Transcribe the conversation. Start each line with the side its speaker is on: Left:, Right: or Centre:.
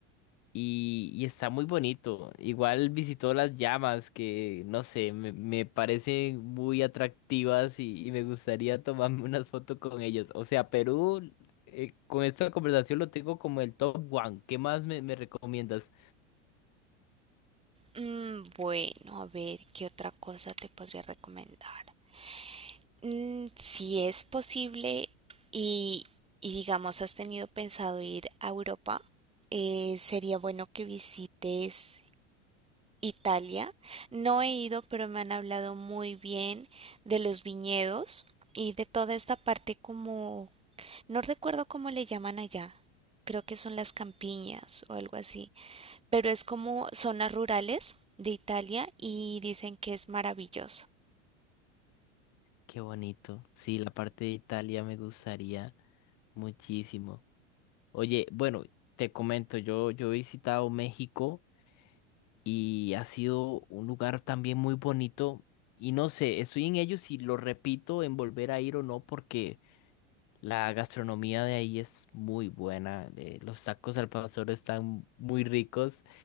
Left: y, y está muy bonito. Igual visitó las llamas que, no sé, me, me parecen muy atractivas y, y me gustaría tomarme una foto con ellas. O sea, Perú, eh, con esta conversación lo tengo como el top one. ¿Qué más me, me recomiendas?
Right: Mm, bueno, a ver, ¿qué otra cosa te podría recomendar? Mm, si es posible y, y digamos has tenido pensado ir a Europa, eh, sería bueno que visites Italia. No he ido, pero me han hablado muy bien de los viñedos y de toda esta parte como, no recuerdo cómo le llaman allá. Creo que son las campiñas o algo así, pero es como zonas rurales de Italia y dicen que es maravilloso.
Left: Qué bonito. Sí, la parte de Italia me gustaría muchísimo. Oye, bueno, te comento, yo, yo he visitado México y ha sido un lugar también muy bonito y no sé, estoy en ello si lo repito en volver a ir o no porque la gastronomía de ahí es muy buena, eh, los tacos al pastor están muy ricos